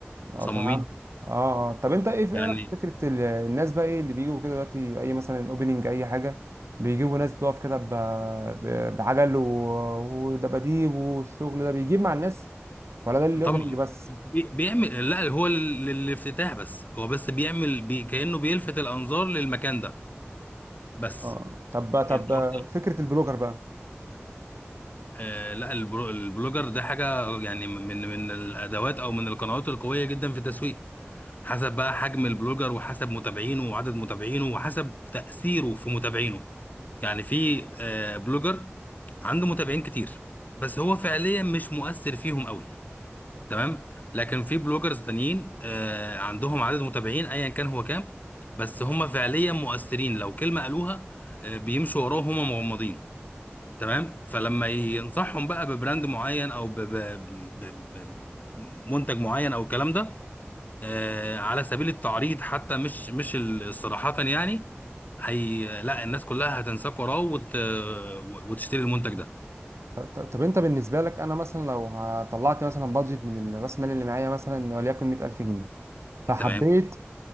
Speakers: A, on the right; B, on the left.
A: اه
B: مصممين
A: فهمت اه آه. طب انت ايه في
B: يعني
A: ايه رأيك في فكره ال- الناس بقى ايه اللي بيجوا كده دلوقتي اي مثلا اوبننج اي حاجه بيجيبوا ناس بتقف كده ب- ب- بعجل و- ودباديب والشغل ده بيجيب مع الناس ولا ده الاوبننج
B: طبعا
A: بس
B: بي- بيعمل لا هو لل- للافتتاح بس هو بس بيعمل بي كأنه بيلفت الانظار للمكان ده بس
A: اه طب طب
B: يعني هو-
A: فكره البلوجر بقى
B: آه لا البرو- البلوجر ده حاجة يعني من من الادوات او من القنوات القوية جدا في التسويق حسب بقى حجم البلوجر وحسب متابعينه وعدد متابعينه وحسب تأثيره في متابعينه يعني في آه، بلوجر عنده متابعين كتير بس هو فعليا مش مؤثر فيهم قوي تمام لكن في بلوجرز تانيين آه، عندهم عدد متابعين ايا كان هو كام بس هم فعليا مؤثرين لو كلمة قالوها آه، بيمشوا وراهم هم مغمضين تمام فلما ينصحهم بقى ببراند معين او ب- ب- ب- ب- منتج معين او الكلام ده آه، على سبيل التعريض حتى مش مش ال- صراحة يعني هي لا الناس كلها هتنساك وراه وت... وتشتري المنتج ده
A: طب, طب طب انت بالنسبه لك انا مثلا لو طلعت مثلا بادجت من راس المال اللي معايا مثلا وليكن 100000 جنيه فحبيت
B: تمام